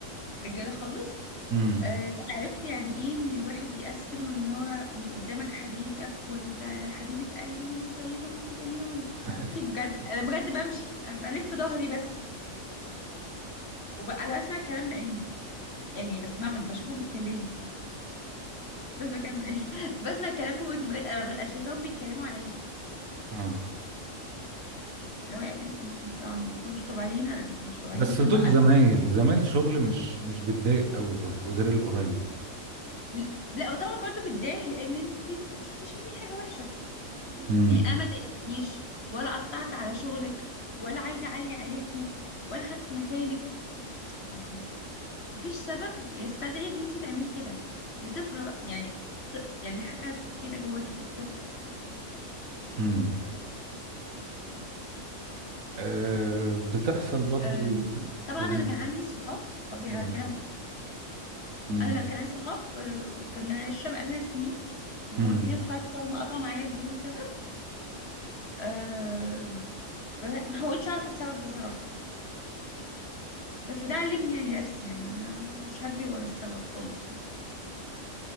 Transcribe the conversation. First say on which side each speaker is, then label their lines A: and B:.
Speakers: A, on the left (about 50°); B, on the right (about 80°).
A: رجاله خالص
B: امم
A: آه، عرفت يعني ايه ان الواحد بيأسفل وان هو من قدامك حبيبك وانت حبيبة قلبي وانت طيبة وانت جميلة
B: <laughs>
A: وكي بجد انا بجد بمشي انا بلف ظهري بس وب... انا بسمع الكلام بعيني يعني بسمعهم بشوفهم بيتكلموا بسمع الكلام بعيني <laughs> بسمع الكلام بودني بجد انا ببقى شايفاهم بيتكلموا عليا
B: امم
A: اللي هو إن- إن- انتوا عن- انتوا مش طبيعيين انتوا مش طبيعيين
B: بس
A: هم
B: دول زمايل زمايل شغل مش مش بتضايق قوي برضو غير القريب
A: ل- لا طبعا برضو بتضايق لان انت ما شفتيش مني حاجه وحشه
B: امم
A: يعني انا ما ضايقتكيش ولا قطعت على شغلك ولا عايزه اعلي عليكي ولا خدت مكانك يعني مفيش سبب يستدعي ان انت تعملي كده دي طفره يعني ط- يعني حاجه كده جواكي في الطف- طفرتك يعني
B: امم آه بتحصل برضو
A: أم، طبعا
B: يعني
A: انا كان عندي صحاب برضو يعني
B: امم
A: هنتكلم
B: امم
A: انا لا كان عندي صحاب أه، كنا عشره بقالنا سنين وجه
B: امم
A: فتره هم قطعوا معايا بدون سبب أه بس- ما حاولتش اعرف السبب بصراحة بس ده علمني يعني درس يعني ان انا ما- مش هجري ورا السبب خالص يعني